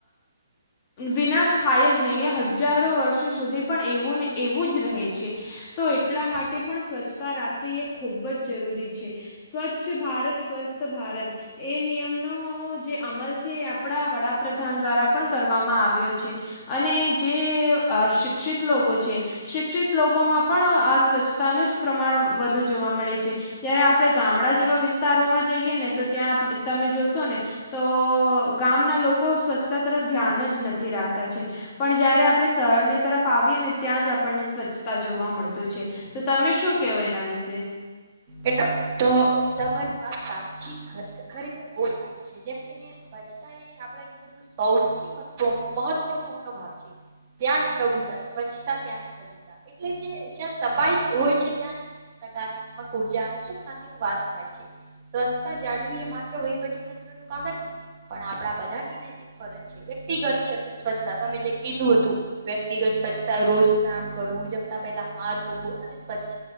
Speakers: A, on the left; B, on the right.
A: વિનાશ થાય જ નહીં. હજારો વર્ષ સુધી પણ એુંને એવું જ રહે છે. તો એટલા માટે પણ સ્વચ્છતા રાખવી એ ખૂબ જ જરૂરી છે. સ્વચ્છ ભારત સ્વસ્થ ભારત એ નિયમનો જે અમલ છે. જે આપણા વડાપ્રધાન દ્વારા પણ કરવામાં આવ્યો છે. અને જે અ શિક્ષિત લોકો છે. શિક્ષિત લોકોમાં પણ આ સ્વચ્છતાનું જ પ્રમાણ વધુ જોવા મળે છે. જયારે આપડણે ગામડા જેવા વિસ્તારોમાં જઈએ. ને તો ત્યાં તમે જોશો ને તો ગામના લોકો સ્વચ્છતા તરફ ધ્યાન જ નથી રાખતા છે. પણ જયારે આપણે શહેરની તરફ આવી અને ત્યાં જ આપણને સ્વચ્છતા જોવા મળતું છે. તો તમે શું? શ કેવય એના વિશે?
B: એ તો તમારી ત સાચી ખરેખર બહુ સારી છે જેમ કેને સ્વચ્છતા એ આપણા જીવન સૌથી મહત્વપૂર્ણ ભાગ છે ત્યાં જ પ્રભુતા સ્વચ્છતા ત્યાં જ પ્રભુતા એટલે જે જ્યાં સફાઈ હોય છે ત્યાં સકારાત્મક ઉર્જા અને સુખ શાંતિ ન વાસ થાય છે સ્વચ્છતા જાળવી એ માત્ર વહીવટી તંત્ર પણ આપ બધાની નૈતિક ફરજ છે વ્યક્તિગત સ્વચ્છતા તમે જે કીધું હતું વ્યક્તિગત સ્વચ્છતા રોજ સ્નાન કરવું જમતા પેલા હાથ ધ અને સ્વચ્છ